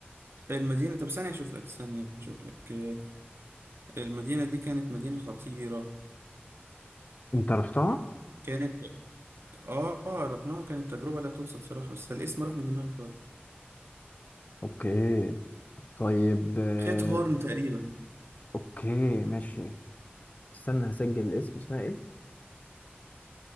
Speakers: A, on the right; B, on the left.
A: المدينة طب ثانية أشوف لك ثانية أشوف لك آه، المدينة دي كانت مدينة خطيرة
B: انت رحتها
A: كانت آه رحناها كانت تجربة لا تنسى بصراحة بس الاسم راح من دماغي خالص
B: اوكي طيب آه،
A: خيت هورن تقريبا
B: اوكي ماشي استنى هسجل الاسم اسمها ايه